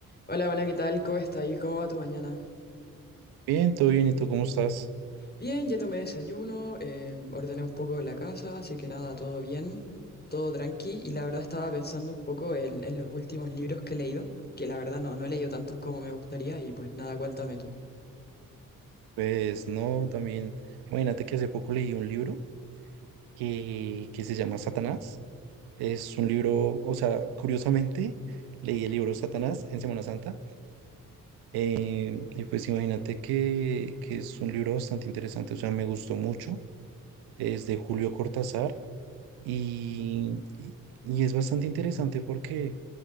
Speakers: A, on the left; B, on the right.
A: Hola, buena, ¿qué tal? ¿Cómo está? y ¿Cómo va tu mañana?
B: Bien, todo bien, ¿y tú cómo estás?
A: Bien, ya tomé desayuno, eh, ordené un poco de la casa, así que nada, todo bien, todo tranqui. Y la verdad estaba pensando un poco en, en los últimos libros que he leído, que la verdad no, no he leído tantos como me gustaría y pues nada, cuéntame tú.
B: Pues no, también, imagínate que hace poco leí un libro que, que se llama Satanás. Es un libro, o sea, curiosamente, leí el libro Satanás en Semana Santa. eh, y pues imagínate que, que es un libro bastante interesante, o sea, me gustó mucho. Es de Julio Cortázar y, y y es bastante interesante porque